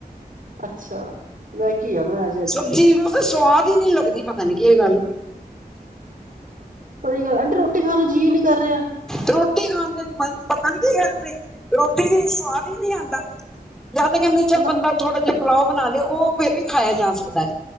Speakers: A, on the right; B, in the centre.
A: ਅੱਛਾ, ਮੈਂ ਘੀਆ ਬਣਾਇਆ ਸੀ। ਅੱਜ
B: ਸਬਜ਼ੀ ਤਾਂ ਸਵਾਦ ਹੀ ਨੀ ਲੱਗਦੀ, ਪਤਾ ਨੀ ਕੀ ਗੱਲ।
A: ਕੋਈ ਗੱਲ, ਆਂਟੀ ਰੋਟੀ ਖਾਣ ਜੀਅ ਨੀ ਕਰ ਰਿਹਾ।
B: ਰੋਟੀ ਖਾਣ ਦੇ ਮਨ ਪਤਾ ਨੀ ਕੀ ਕਰਦੇ, ਰੋਟੀ ਵੀ ਸਵਾਦ ਹੀ ਨਹੀਂ ਆਂਦਾ। ਜਾਂ ਤਾਂ ਕਹਿੰਦੇ ਚੱਲ
A: ਨਾ
B: ਬੰਦਾ ਥੋੜਾ ਜਿਹਾ ਪਲਾਓ ਬਣਾ ਲਏ, ਉਹ ਫੇਰ ਵੀ ਖਾਇਆ ਜਾ ਸਕਦਾ ਹੈ।